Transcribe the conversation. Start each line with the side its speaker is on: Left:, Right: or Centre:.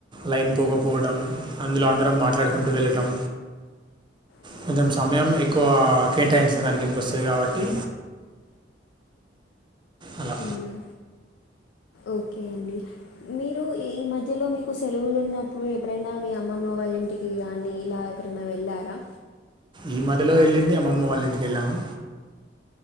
Right: లైన్ పోకపోవటడం అందులో అందరం మాట్లాడుకుంటూ వెళ్ళటం
Left: ఆ
Right: కొంచెం సమయం ఎక్కువ కేటాయించిన దానికి కిందికి వస్తది కాబట్టి అలా
Left: అవునా ఓకే అండి మీరు ఈ మధ్యలో మీకు సెలవులు ఉన్నప్పుడు ఎప్పుడైనా మీ అమ్మమ్మ వాళ్ళ <unintelligible> ఎప్పుడేనా వెళ్లారా
Right: ఈ మధ్యలో వెళ్ళింది అమ్మమ్మ వాళ్ళ ఇంటికి వెళ్ళాము